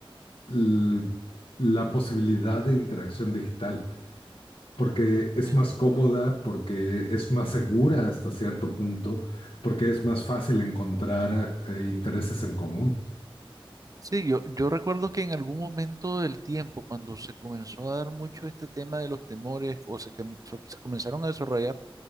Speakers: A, on the left; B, on the right.
A: l- la posibilidad de interacción digital, porque es
B: Sí,
A: más cómoda, porque es más segura hasta cierto punto, porque es más fácil encontrar eh, intereses en común.
B: Sí, yo, yo recuerdo que en algún momento del tiempo, cuando se comenzó a dar mucho este tema de los temores, o se, com- se- se comenzaron a desarrollar